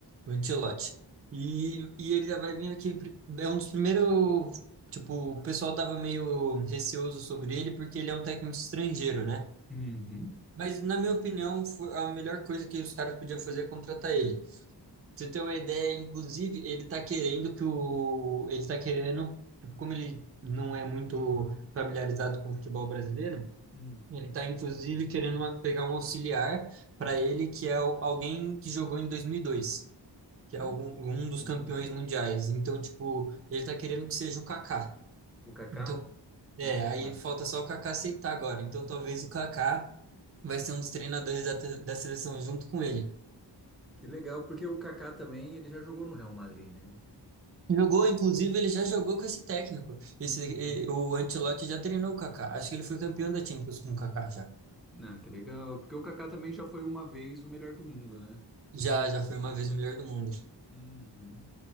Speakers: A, on the right; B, in the centre.
A: O Ancelotti. E, e ele já vai vir aqui. pri- É um dos primeiros. Tipo, o pessoal tava meio receoso sobre ele porque ele é um técnico estrangeiro, né?
B: Uhum.
A: Mas, na minha opinião, foi a melhor coisa que os caras podiam fazer é contratar ele. Pra você ter uma ideia, inclusive, ele tá querendo que o. Ele tá querendo. tipo, Como ele não é muito familiarizado com o futebol brasileiro,
B: Hum.
A: ele está, inclusive, querendo uma- pegar um auxiliar para ele, que é o- alguém que jogou em 2002, que é
B: Ah,
A: algum,
B: que,
A: um
B: que
A: dos
B: legal.
A: campeões mundiais. Então, tipo, ele está querendo que seja o Kaká.
B: O Kaká?
A: Então, é,
B: Ah,
A: aí falta só o Kaká aceitar agora. Então, talvez o Kaká vai ser um dos treinadores da, te- da seleção junto com ele.
B: Que legal, porque o Kaká também, ele já jogou no Real Madrid, né?
A: Jogou, inclusive, ele já jogou com esse técnico. Esse,
B: uhum.
A: eh, o Ancelotti já treinou o Kaká. Acho que ele foi campeão da Champions com o Kaká já.
B: Ah, que legal. Porque o Kaká também já foi uma vez o melhor do mundo, né?
A: Já, já foi uma vez o melhor do mundo.
B: Uhum.